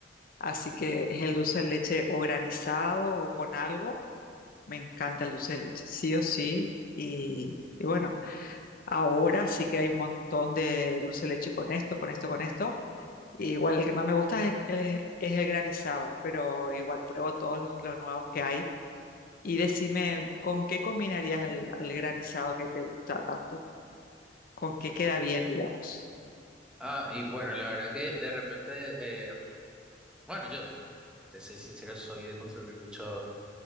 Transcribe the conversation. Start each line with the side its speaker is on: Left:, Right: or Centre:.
Left: así que es el dulce de leche o granizado o con algo. Me encanta el dulce de leche, sí o sí. Y, y bueno, ahora sí que hay un montón de dulce de leche con esto, con esto, con esto. Igual el que más me gusta es, el es el granizado, pero igual pruebo todos los, los nuevos que hay. Y decime, ¿con qué combinarías el, al granizado que te gusta tanto? ¿Con qué queda bien, digamos?
Centre: Ah, y bueno, la verdad que de repente... eh, bueno, yo te soy sincero, soy de consumir mucho